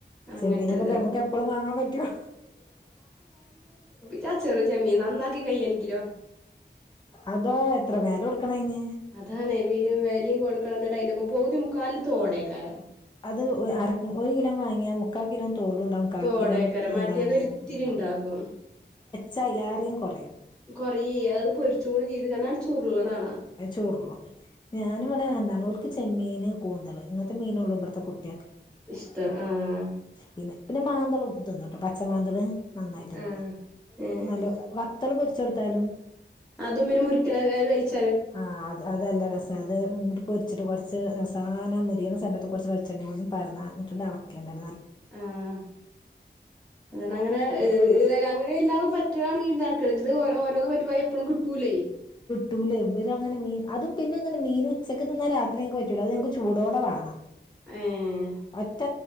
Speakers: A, in the centre; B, on the left.
A: അങ്ങൻത്തത്
B: ചെമ്മീനൊക്കെ നമുക്ക് എപ്പഴും വാങ്ങാൻ പറ്റുവോ
A: ചാ ചെറിയ ചെമ്മീൻ നന്നാക്കി കയ്യണെങ്കിലോ
B: അതോ എത്ര വില കൊടുക്കണം അതിന്
A: അതാണ് ഈ വീര വെലയും കൊടുക്കണം തിന്റെപ്പ പൗതി മുക്കാലത്ത് ഓടയക്കാരാം
B: ത് ഒരു കിലോ വാങ്ങിയ മുക്കൽ കിലോ തോടുംണ്ടാവകും കാക്കിലോ
A: തോടേക്കാരം മറ്റേത്
B: എന്താണ്ണ്ടും
A: ഒരിത്തിരി ഇണ്ടാകും
B: ച എലാരുേയും കുറയും
A: കൊറ അത് പൊരിച്ചും കൂടി ചെയ്ത് കാരാ അ ചൂറള്ളതാണ്
B: അത് ചോടുള്ളൂ ഞാന ഇവിടെ എന്താണ് ക്ക് ചെമ്മീൻ കൂന്തൽ ഇങ്ങത്തെ മീനുള്ള ഇവിടുത്തെ കുട്ട
A: ഇഷ്ടം ആഹ
B: പിന്നെ പിന്നെ മാന്തളും ഇതൊന്നും കേട്ടോ പച്ച മാന്തള് നന്നായിട്ട്
A: ആഹ്
B: തോന്നും
A: ഏഹ്
B: നല്ല വത്തൽ കു ച്ചെടുത്താലും
A: അതും പിന്നെ മുറരിക്കല കഴിച്ചു
B: ആഹ് അത് അതല്ല രസ അത് ഇങ്ങോട്ട് പൊരിച്ചിട്ട് കുറച്ച് അവസാന മുരിയുന്ന സമയത്ത് കുറച്ച് വെിച്ചെണളുംറന്നിട്ടണ്ട് അളക്കേണ്ടത്
A: ആഹ എന്ത അങ്ങനെ അങ്ങനെല്ലാും പറ്റുകയാണെങ്ക പിന്നെർക്ക് ഓരോന്നന്ന് പറ്റ എപ്പഴും കിട്ടൂലേ
B: ടൂലം ഇങ്ങനെ അതും പിന്ന മീൻ ഉച്ചക്ക് നിന്നൽ രാത്രി ങ്ങക്ക് പറ്റൂലോ അത്ഞങ്ങക്ക് ചൂടോടെ വോം
A: ഏഹ്
B: അത്ത